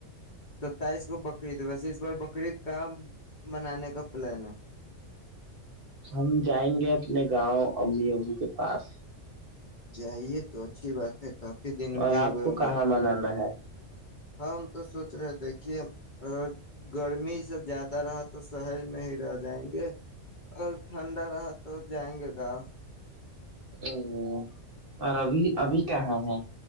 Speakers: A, on the left; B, on the right.
A: ستائیس کو بقرید ویسے اس بار بقرعید کہاں منانے کا پلان ہے
B: ہم جائیں گے اپنے گاؤں امی ابو کے پاس
A: جائیے تو اچھی بات ہے کافی دن
B: اور
A: بھی ہو
B: آپ
A: گئے
B: کو
A: ہوں
B: کہاں
A: گے
B: منانا ہے
A: ہم تو سوچ رہے دیکھیے اگر گرمی سےب زیادہ رہا تو شہر میں ہی رہ جائیں گے اور ٹھنڈا رہا تو جائیں گے گاں
B: او اور ابھی ابھی کہاں ہے